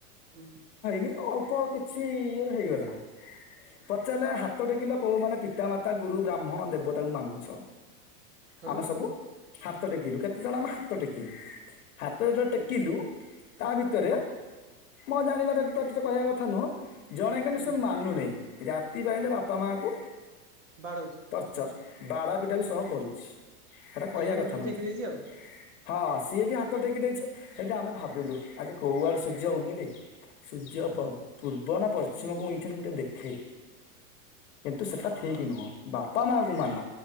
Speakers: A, on the right (about 50°); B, on the left (about 55°).
A: ହୁଁ।
B: ଇଏ ଅଳ୍ପ କିଛି ଇଏରେ ହେଇଗଲା ପଚାରିଲେ ହା ହାତ ଟେକିଲ କୋଉ ମାନେ ପିତାମାତା ଗୁରୁ ବ୍ରାହ୍ମଣ ଦେବତାକୁ ମାନୁଛ?
A: ହେଠୁ
B: ଆମେ ସବୁ ହାତ ଟେକିଲୁ, କେତେ ଜଣ ଆମେ ହାତ ଟେକିଲୁ। ହାତ ଯୋଉ
A: ହୁଁ
B: ଟେକିଲୁ ତା ଭିତରେ ମୋ ଜାଣିବାରେ <inaudible> କହିବା କଥା ନୁହଁ ଜଣେ କିନ୍ତୁ
A: ହୁଁ
B: ସେ ମାନୁନେଇ ରାତି ପାହିଲେ ବାପା ମାଙ୍କୁ
A: ବାଡ଼ଉ
B: ଟର୍ଚର ବାଡ଼ାପିଟା ବି ସହ କରୁଛି। ସେଟା
A: ଖାଲି
B: କହିବା କଥା
A: ଏମିତି
B: ନୁହଁ
A: ଟେକି
B: ଏଥି
A: ଦେଇଛି ଆଉ
B: ହଁ ସିଏ ବି ହାତ ଟେକି ଦେଇଛି ସେଇଠୁ ଆମେ ଭାବିଲୁ ଆଜି କୋଉଆଡେ ସୂର୍ଯ୍ୟ ଉଇଲେ। ସୂର୍ଯ୍ୟ ପ ପୂର୍ବ ନା ପଶ୍ଚିମକୁ ଉଇଥିଲେ ମୁଁ ଟିକେ ଦେଖେ। କିନ୍ତୁ ସେଟା
A: ଓହୋ
B: ଠିକ ନୁହଁ ବାପା ମାଆଙ୍କୁ ମାନ